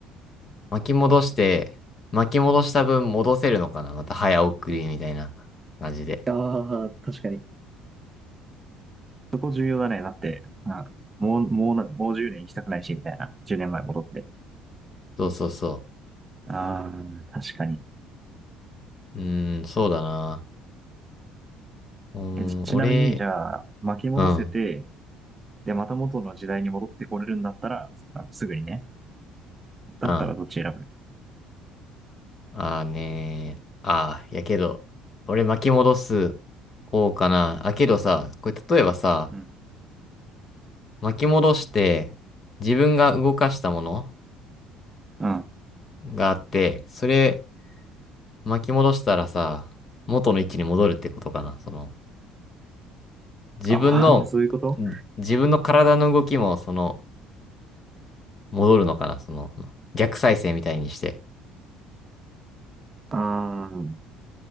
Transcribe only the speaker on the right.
ああ、確かに。そこ重要だね。だって、まあもう、もうな、もう10年行きたくないし、みたいな。10年前戻って。
ああ、確かに。
え、ちちなみに、
じゃあ、巻き戻せて、
で、また元の時代に戻ってこれるんだったら、まあのすぐにね。だったらどっち選ぶ
うん。
うん
ああ、そういうこと
ああ、